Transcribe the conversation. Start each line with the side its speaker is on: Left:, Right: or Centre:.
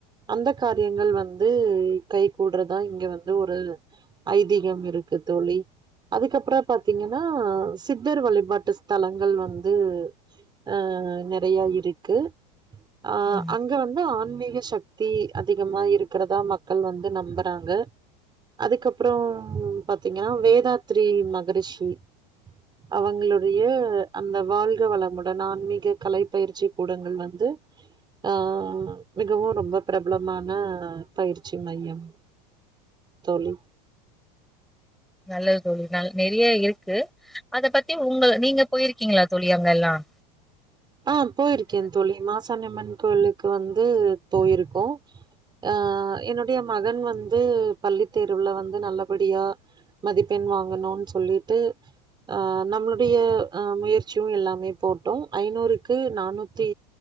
Right: அந்த காரியங்கள் வந்து கை கூூடுறதா இங்க வந்து ஒரு ஐதீகம் இருக்கு தோழி அதுக்கப்புறம் பாரத்தீங்கன்னா சித்தர் வழிபாட்டு ஸ்தலங்கள் வந்து அஹ் நிறைய இருக்கு ஆஹ்
Centre: ம்
Right: அங்க வந்து ஆன்மீக சக்தி அதிகமா இருக்கிறதா மக்கள் மள் வந்து நம்புறாங்க அதுக்கப்புறம் பாத்தீங்கன்னா வேதாத்திரரி மகரிஷி அவங்களுடைய அந்த வாழ்க வளமுடன் ஆன்மீக கலை பயிற்சி கூடங்கள் வந்து ஆஹ் மிகவும் ரொம்ப பிரபலமான பயிற்சி ச்சி மையம் தோழி
Centre: நல்லது தோழி ந நிறைய இருக்கு அத பத்தி உங்க நீங்க போயிருக்கீங்களா தழி அங்க எல்லாம்
Right: ஆஹ் போயிருக்கேன் தழி மாசாண்டம்மன் கோயிலுக்கு வந்து போயிருக்கு அஹ் என்னுடைய மகன் வந்து பள்ளி தேர்வுல வந்து நல்லபடியா மதிப்பெண் வாங்கணும் சொல்லிட்டு அஹ் நம்மளுடைய அஹ் முயற்சியும் எல்லாமே போட்டோம் ஐநூறுக்கு நானூத்தி